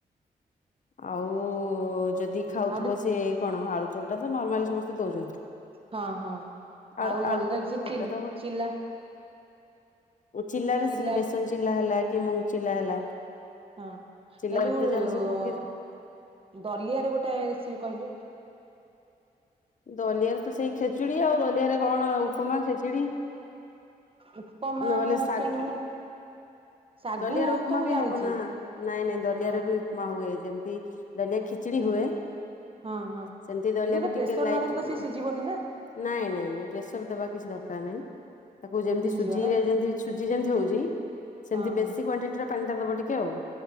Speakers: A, on the left; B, on the right.
A: ଆଉ ଯଦି ଯଦି ଖାଉଥିବ
B: ଆଉ ଗୋଟେ
A: ସେ କଣ ଆଳୁ ଓଲଟା ତ ନର୍ମାଲି ସମସ୍ତେ ଦଉଛନ୍ତି।
B: ହଁ ହଁ
A: ଆଳୁ
B: ଆଉ
A: ଆଳୁ
B: ଅଲଗା କିଛି
A: ସେଟା
B: ଚି
A: ତ
B: ଚିଲା
A: ଚିଲ୍ଲାରେ
B: ଚିଲା
A: ସେ ବେସନ ଚିଲ୍ଳା ହେଲା। କି ମୁନ ଚିଲ୍ଲା ହେଲା।
B: ହଁ
A: ଚିଲାରେ
B: ନାଇ ଯୋଉ
A: ତ ଯାହା ସବୁ ପକେଇ
B: ଦଲିଆରେ ଗୋଟେ ରେସିପି କହିଲେ?
A: ଦଲିଆରେ ତ ସେଇ ଖେଚୁଡି ଆଉ ଦଲିଆରେ କଣ ଆଉ। ଉପମା ଖେଚୁଡି
B: ଉପମା
A: ନହେଲେ ଶାଗ
B: କେ ମୁଁ ଶାଗୁ
A: ଦଲିଆରେ ଉପମା
B: ତ ମୁଁ
A: କେମିତି
B: ଜାଣିଛି
A: ବନା ହବ ନା ନାଇଁ ଦଲିଆରେ
B: ହଁ
A: ବି ଉପମା ହୁଏ। ଯେମତି ଦଲିଆ ଖିଚିଡି
B: ହଁ
A: ହୁଏ
B: ହଁ ହଁ
A: ସେମିତି ଦଳିଆକୁ
B: ଯେଟା ପ୍ରେସର
A: ଟିକେ ନାଇଟି
B: ନଦେଲେ
A: ରୁ
B: ତ ସେ ସିଝିବନି ନା
A: ନାଇଁ ନାଇଁ ପେଶିକି ଦବା କିଛି ଦରକାର ନାହିଁ। ତାକୁ ଯେମିତି
B: ସିଝିଯିବ
A: ସୁଜି
B: ନା
A: ଯେମତି ଯେମିତି ହଉଛି। ସେମତି
B: ହଁ
A: ବେଶୀ
B: ହଁ
A: କ୍ୱାଣ୍ଟିଟି ର ପାଣି ଦବ ଟିକେ ଆଉ।